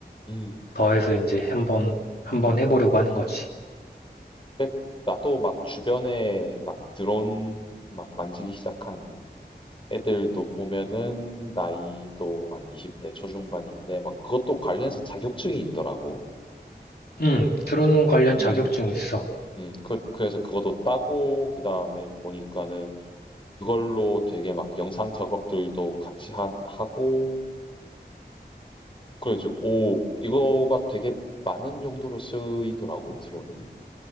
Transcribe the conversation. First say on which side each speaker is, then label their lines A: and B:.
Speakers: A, on the left; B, on the left.
A: 음,
B: 더해서 이제 한번
A: 음,
B: 한번
A: 음.
B: 해보려고 하는 거지.
A: 근데 나도 막 주변에 막 드론 막 만지기 시작한 애들도 보면은 나이도 막 20대 초중반인데 막 그것도 관련해서 자격증이 있더라고.
B: 음, 드론 관련
A: 음.
B: 자격증이 있어.
A: 음, 그, 그래서 그것도 따고, 그 다음에 보니까는 그걸로 되게 막 영상 작업들도 같이 하, 하고, 그래가지고, 오, 이거가 되게 많은 용도로 쓰이더라고, 드론이.